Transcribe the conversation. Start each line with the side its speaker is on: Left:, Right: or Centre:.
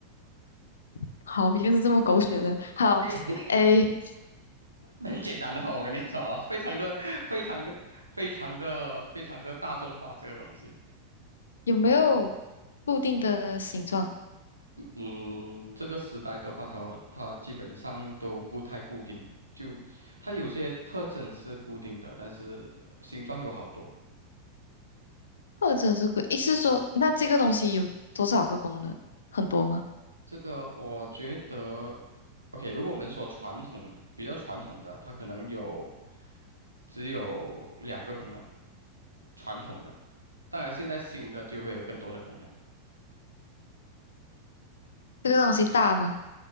Left: <laughs> 好，又是这么狗血的。好，
Right: 那
Left: 诶，
Right: <laughs> 很简单的哦，我跟你说啊，非常的、非常的、非常的、非常的大众化这个东西。
Left: 有没有固定的形状，
Right: 嗯，这个时代的话，它它基本上都不太固定，就它有些特征是固定的，但是呃形状有好多。
Left: 或者是固？意思是说，那这个东西有多少个功能？很多吗？
Right: 这个我觉得，OK，如果我们说传统比较传统的，它可能有只有两个功能，传统的，当然现在新的就会有更多的功能，
Left: 这个东西大吗？